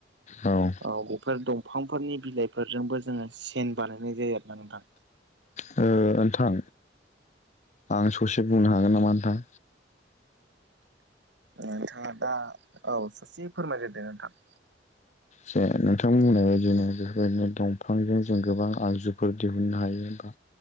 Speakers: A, on the left; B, on the right.
A: ओ
B: औ बेफोर दंफांफोरनि बिलाइफोरजोंबो जोङो सेन बानायनाय जायो आर ना नोंथां।
A: नोंथां आं ससे बुंनो हागोन नामा नोंथां।
B: नोंथाङा दा औ सासे फोरमायगोरदो नोंथां। <inaudible>
A: जे नोंथां बुंनाय बादिनो बेफोरबायदिनो दंफांजों जों गोबां आगजुफोर दिहुननो हायो बा।